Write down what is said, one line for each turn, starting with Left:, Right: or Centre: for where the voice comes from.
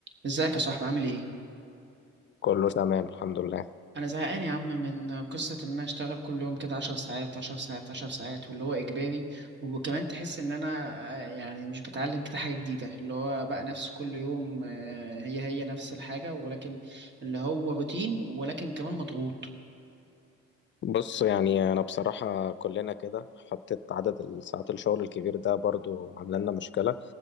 Right: ازيك يا صاحبي عامل ايه؟
Left: كله تمام الحمد لله
Right: انا زهقان يا عم من قصة ان انا اشتغل كل يوم كده 10 ساعات 10 ساعات 10 ساعات واللي هو اجباري وكمان تحس ان انا آه، يعني مش بتعلم كده حاجة جديدة اللي هو بقى نفس كل يوم آه، هي هي نفس الحاجة ولكن اللي هو روتين ولكن كمان مضغوط
Left: بص يعني انا بصراحة كلنا كده حطيت عدد الساعات الشغل الكبير ده برضو عامله لنا مشكلة